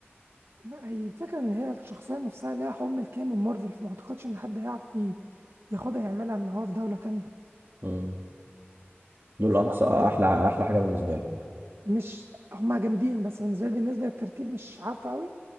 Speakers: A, on the right (about 70°); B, on the right (about 55°).
A: لا هي الفكرة إن هي الشخصية نفسها ليها حكم الكيان من مارفل فما أعتقدش إن حد هيعرف ي- ياخدها يعملها إن هو في دولة تانية
B: مم. دول
A: فلا
B: اقصى احلى
A: أنت
B: احلى حاجه بالنسبه لي
A: مش هما جامدين بس بالنسبة لي، بالنسبة للترتيب مش عارفة أوي